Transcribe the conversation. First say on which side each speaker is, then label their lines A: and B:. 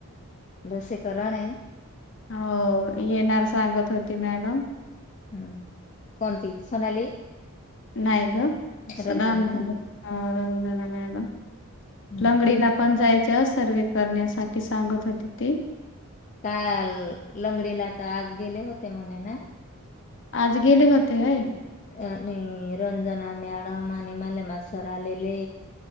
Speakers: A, on the left; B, on the left.
A: लसीकरण हाय.
B: हो, येणार सांगत होती मॅडम.
A: हम्म, कोणती सोनाली?
B: नायगं, <unintelligible>
A: रंजना
B: रंजना मॅडम.
A: हम्म
B: लंगडीला पण जायचं सर्वे करण्यासाठी, सांगत होती ती.
A: काल लंगडीला आता आज गेले होते म्हणे ना.
B: आज गेले होते व्हय?
A: आणि रंजना मॅडम आणि मलेमा सर आलेले.